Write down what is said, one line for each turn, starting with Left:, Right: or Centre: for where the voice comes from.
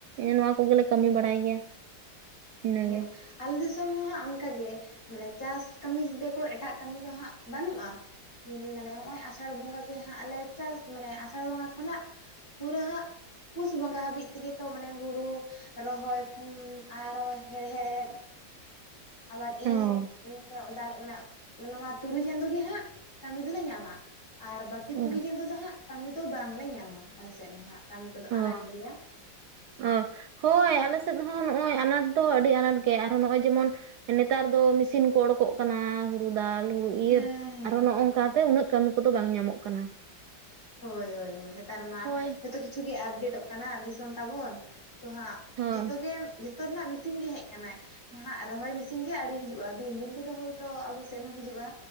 Right: ᱱᱚᱣᱟ ᱠᱚ ᱜᱮᱞᱮ ᱠᱟᱹᱢᱤ ᱵᱟᱲᱟᱭ ᱜᱮᱭᱟ ᱤᱱᱟᱹᱜᱮ
Left: ᱦᱮᱸ ᱟᱞᱮ ᱫᱤᱥᱚᱢ ᱦᱚᱸ ᱦᱟᱸᱜ ᱚᱱᱠᱟ ᱜᱮ ᱢᱟᱱᱮ ᱪᱟᱥ ᱠᱟᱹᱢᱤ ᱵᱮᱜᱚᱨ ᱮᱴᱟᱜ ᱠᱟᱹᱢᱤ ᱫᱚ ᱦᱟᱸᱜ ᱵᱟᱹᱱᱩᱜᱼᱟ ᱢᱟᱱᱮ ᱦᱚᱜ ᱚᱭ ᱟᱥᱟᱲ ᱵᱚᱸᱜᱟ ᱜᱮ ᱦᱟᱸᱜ ᱞᱮ ᱪᱟᱥ ᱢᱟᱱᱮ ᱟᱥᱟᱲ ᱵᱚᱸᱜᱟ ᱠᱷᱚᱱᱟᱜ ᱯᱩᱨᱟᱹ ᱦᱟᱜ ᱯᱩᱥ ᱵᱚᱸᱜᱟ ᱦᱟᱹᱵᱤᱡ ᱛᱮᱜᱮ ᱛᱚ ᱢᱟᱱᱮ ᱦᱩᱲᱩ ᱨᱚᱦᱚᱭ ᱠᱷᱚᱱ ᱟᱨᱚ ᱦᱮᱲᱦᱮᱫ ᱟᱵᱟᱨ
Right: ᱚ
Left: ᱤᱨ ᱱᱚᱝᱠᱟ ᱫᱟᱞ ᱢᱟᱱᱮ ᱱᱚᱣᱟ ᱛᱩᱨᱩᱭ ᱪᱟᱸᱫᱚ ᱜᱮ ᱦᱟᱸᱜ ᱠᱟᱹᱢᱤ ᱫᱚᱞᱮ ᱧᱟᱢᱟ ᱟᱨ ᱵᱟᱹᱠᱤ
Right: ᱚ
Left: ᱛᱩᱨᱩᱭ ᱪᱟᱸᱫᱳ ᱫᱚ ᱦᱟᱸᱜ ᱠᱟᱹᱢᱤ ᱫᱚ ᱛᱚ ᱵᱟᱝᱞᱮ ᱧᱟᱢᱟ ᱟᱞᱮ ᱥᱮᱫ ᱦᱚᱸ ᱦᱟᱸᱜ ᱠᱟᱹᱢᱤ ᱠᱚᱫᱚ
Right: ᱚ
Left: ᱟᱱᱟᱴ ᱜᱮᱭᱟ
Right: ᱚ ᱦᱳᱭ ᱟᱞᱮ ᱥᱮᱫ ᱦᱚᱸ ᱱᱚᱜᱼᱚᱭ ᱟᱱᱟᱴ ᱫᱚ ᱟᱹᱰᱤ ᱟᱱᱟᱴ ᱜᱮ ᱟᱨᱦᱚᱸ ᱱᱚᱜᱼᱚᱭ ᱡᱮᱢᱚᱱ ᱱᱮᱛᱟᱨ ᱫᱚ ᱢᱤᱥᱤᱱ ᱠᱚ ᱳᱲᱳᱠᱚᱜ ᱠᱟᱱᱟ ᱦᱩᱲᱩ ᱫᱟᱞ ᱦᱩᱲᱩ ᱤᱨ
Left: ᱦᱮᱸ
Right: ᱤᱨ
Left: ᱦᱮᱸ
Right: ᱟᱨᱦᱚ ᱱᱚᱝ ᱠᱟᱛᱮ ᱩᱱᱟᱹᱜ ᱠᱟᱹᱢᱤ ᱠᱚᱫᱚ ᱵᱟᱝ ᱧᱟᱢᱚᱜ ᱠᱟᱱᱟ
Left: ᱦᱳᱭ ᱦᱳᱭ ᱦᱳᱭ ᱦᱮᱛᱟᱨ ᱢᱟ
Right: ᱦᱳᱭ
Left: ᱡᱚᱛᱚ ᱠᱤᱪᱷ ᱜᱮ ᱟᱯᱰᱮᱴᱚᱜ ᱠᱟᱱᱟ ᱫᱤᱥᱚᱢ ᱛᱟᱵᱚᱱ ᱛᱚ ᱦᱟᱸᱜ
Right: ᱦᱳᱭ
Left: ᱡᱚᱛᱚ ᱜᱮ ᱡᱚ ᱛᱚ ᱨᱮᱱᱟᱜ ᱢᱤᱥᱤᱱ ᱜᱮ ᱦᱮᱡ ᱠᱟᱱᱟᱭ ᱦᱟᱜ ᱨᱚᱦᱚᱭ ᱢᱤᱥᱤᱱ ᱜᱮ ᱟᱹᱣᱨᱤ ᱦᱤᱡᱩᱜᱼᱟ ᱫᱤᱱ ᱫᱤᱱ ᱛᱮᱫᱚ ᱦᱳᱭᱛᱳ ᱟᱵᱚ ᱥᱮᱫ ᱦᱚᱸ ᱦᱤᱡᱩᱜᱼᱟ